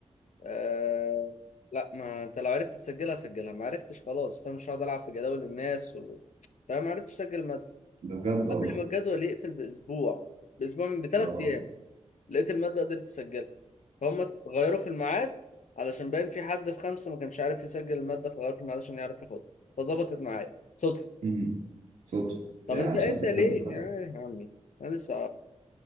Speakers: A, on the left; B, on the right.
A: أه لا ما انت لو عرفت تسجلها سجلها ما عرفتش خلاص انا مش هقعد العب في جداول الناس و... فما عرفتش اسجل الماده
B: ده بجد والله
A: قبل ما الجدول يقفل باسبوع باسبوع من بثلاث
B: اه
A: ايام لقيت الماده قدرت اسجلها فهم غيروا في الميعاد علشان باين في حد في خمسه ما كانش عارف يسجل الماده فغيروا في الميعاد عشان يعرف ياخدها فظبطت معايا صدفه
B: مم. صدفه
A: طب
B: يعني
A: انت
B: عشان
A: انت
B: في
A: ليه
B: حد خان
A: يا يا عمي انا لسه